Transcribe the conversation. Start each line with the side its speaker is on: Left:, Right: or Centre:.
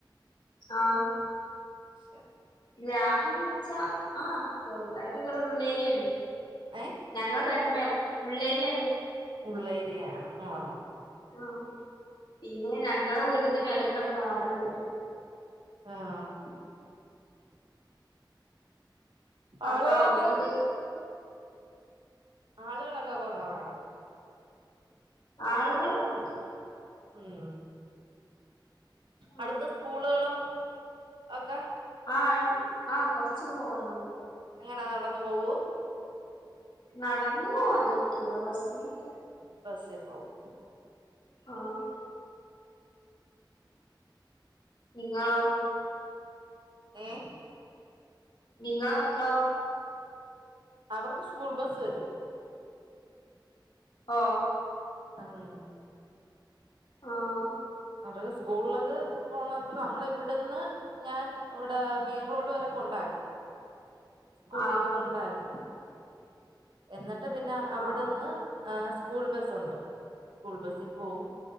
Left: ആഹ്
Right: <inaudible>
Left: ഗ്രാമംന്ന് വെച്ചാ ആഹ് ചെറുതായിട്ടക്കെ ഒരു ഉള്ളേരിയാണ്
Right: ഏയ്
Left: ഞങ്ങള് തന്നേ ഉള്ളേരിയ
Right: ഉളേളരിയാണ് ആ
Left: ആ പിന്നെ ഞങ്ങളെ വീടിന്റെ മേലക്കടാടുള്ളൂ
Right: ആഹ്
Left: അപ്പൊ
Right: ആളുകളൊക്കെ
Left: അവിടുന്ന്
Right: ആളുകളൊക്കെ കുറവ് ആണോ
Left: ആളുകളൊക്കെ ഉണ്ട്
Right: ഉം അടുത്ത
Left: ആ
Right: സ്കൂളുകളും ഒക്കെ
Left: ആ ആ കൊറച്ചൊക്കെ പോവാന
Right: എങ്ങനാ നടന്നു. പോോവോ
Left: നടന്ന പോകാനക്കില്ല ബസ്സിനൊക്കെ
Right: ബസി പ്പോവം
Left: ആഹ് നിങ്ങൾ
Right: ഏഹ്
Left: നിങ്ങളുടെ മക്ക
Right: അവർക്ക് സ്കൂൾ ബസ്സ് വരും
Left: ആഹ്
Right: ആഹ്
Left: ആഹ്
Right: അവർ സ്കൂൾ ളള്ളത് പോണത് നമ്മള ഇവിടെന്ന് ഞാൻ ഇവിടെ മെയിൻ റോഡ് വരെ കൊണ്ടാക്കും സ്കൂട്ടിൽ
Left: ആഹ്
Right: കൊണ്ടക്കും എന്നിട്ട് പിന്നെ അവിടുന്ന്
Left: ആഹ്
Right: ആ സ്കൂൾ ബസ്സുണ്ട് സ്കൂൾ ബസിൽ പോവും